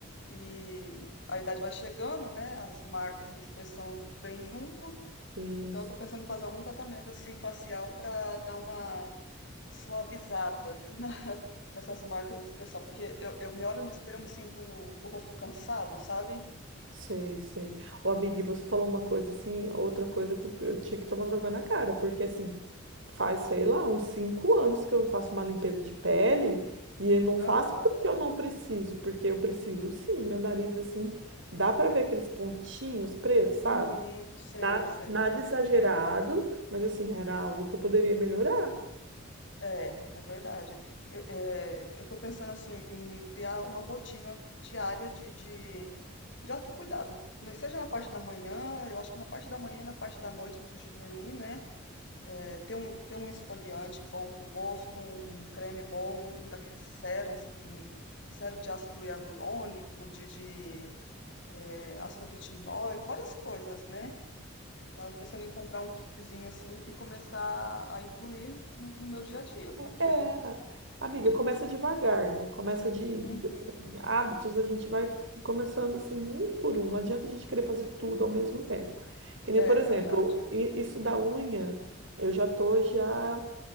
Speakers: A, on the left; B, on the right.
A: E a idade vai chegando, né? As marcas de expressão vêm junto.
B: Sim.
A: Então, eu tô pensando em fazer algum tratamento assim facial para dar uma suavizada <laughs> na- nessas marcas de expressão, porque eu, eu me olho no espelho e eu me sinto o, o rosto cansado, sabe?
B: Sei, sei. Ô, amiga, e você falou uma coisa assim, outra coisa que eu tinha que tomar vergonha na cara, porque assim, faz, sei lá, uns cinco anos que eu faço uma limpeza de pele e eu não faço
A: Aham,
B: porque eu não preciso, porque eu preciso sim, meu nariz assim, dá pra ver aqueles pontinhos pretos, sabe?
A: uhum, sei,
B: Nada,
A: sei.
B: nada exagerado, mas assim, era algo que eu poderia melhorar.
A: É, é verdade. Eu, é, eu tô pensando assim em criar uma rotina diária de, de, de autocuidado, né, seja na parte da manhã, eu acho que na parte da manhã e na parte da noite antes de dormir, né? é, ter, um, ter um esfoliante bom para o rosto, um, um creme bom, um daqueles sérums, tem sérum de ácido hialurônico, de, de é, ácido retinóico, várias coisas, né? Tava pensando em comprar um kitzinho assim e começar a incluir no, no meu dia a dia, porque
B: É, amiga, começa devagar, né? Começa de,
A: uhum,
B: assim, hábitos, a gente vai começando assim, um por um. Não adianta a gente querer fazer tudo ao mesmo tempo. Que nem,
A: é
B: por exemplo,
A: verdade.
B: i- isso da unha, eu já tô já,